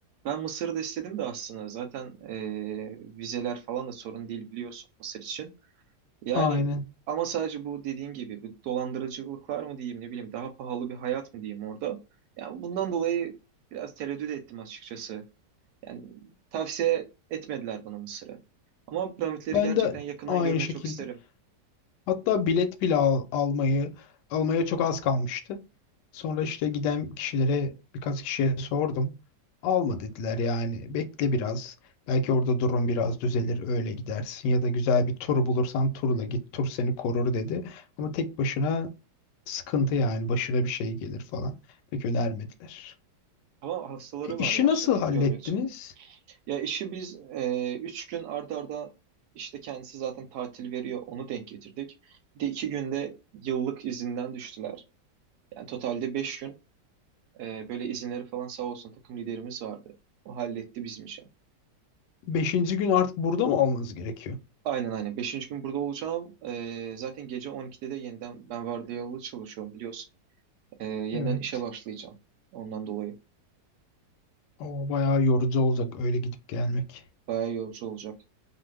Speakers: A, on the right; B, on the left.
A: Ben Mısır'da istedim de aslında zaten e, vizeler falan da sorun değil biliyorsun Mısır için. Yani
B: Aynen.
A: ama sadece bu dediğin gibi bir dolandırıcılık mı diyeyim ne bileyim daha pahalı bir hayat mı diyeyim orada. Yani bundan dolayı biraz tereddüt ettim açıkçası. Yani tavsiye etmediler bana Mısır'ı. Ama piramitleri
B: Ben
A: gerçekten
B: de
A: yakından
B: aynı
A: görmeyi
B: şekilde
A: çok isterim.
B: Hatta bilet bile al- almayı almaya çok az kalmıştı. Sonra işte giden kişilere birkaç kişiye sordum. Alma dediler yani bekle biraz. Belki orada durum biraz düzelir öyle gidersin ya da güzel bir tur bulursan turla git tur seni korur dedi. Ama tek başına sıkıntı yani başına bir şey gelir falan. Pek önermediler.
A: Ama hastaları
B: E, işi
A: var ya
B: nasıl
A: şey
B: hallettiniz?
A: görmek için. Ya işi biz e, üç gün arda arda işte kendisi zaten tatil veriyor onu denk getirdik. Bir de iki günde yıllık izinden düştüler. Yani totalde beş gün Ee, böyle izinleri falan sağ olsun takım liderimiz vardı. O halletti bizim için.
B: Beşinci gün artık burada mı olmanız gerekiyor?
A: Aynen aynen. Beşinci gün burada olacağım. Ee, zaten gece 12'de de yeniden ben vardiyalı çalışıyorum biliyorsun. Ee, yeniden
B: Evet.
A: işe başlayacağım. Ondan dolayı.
B: O bayağı yorucu olacak öyle gidip gelmek.
A: Bayağı yorucu olacak.